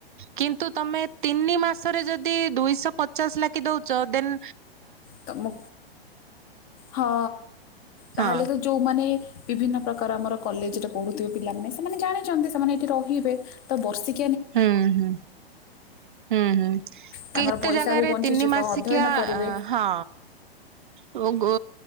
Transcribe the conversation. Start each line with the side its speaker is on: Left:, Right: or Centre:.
Right: କିନ୍ତୁ ମେ ତିନି ମାସରେ ଯଦି ଦୁଇଶହ ପଚାଶ ଲାଗି ଦଉଛ ଦେନ
Left: ତ ମୁ ହଁ ତାହେଲେ
Right: ହଁ
Left: ତ ଯୋଉମାନେ ବିଭିନ୍ନ ପ୍ରକାର ଆମର କଲେଜ ରେ ପଢୁଥିବେ ପିଲାମାନେ ସେମାନେ ଜାଣିଛନ୍ତି ସେମାନେ ଏଇଠି ରହିବେ ତ ବର୍ଷିକ
Right: ହୁଁ ହୁଁ ହୁଁ ହୁଁ
Left: ତାଙ୍କର
Right: କେତେ
Left: ପଇସା
Right: ଜାଗାରେ
Left: ବି ବଞ୍ଚିଯିବ
Right: ତିନି ମାସିକିଆ
Left: ଅଧ୍ୟୟନ କରିବେ
Right: ହଁ। ଏବଂ ଓ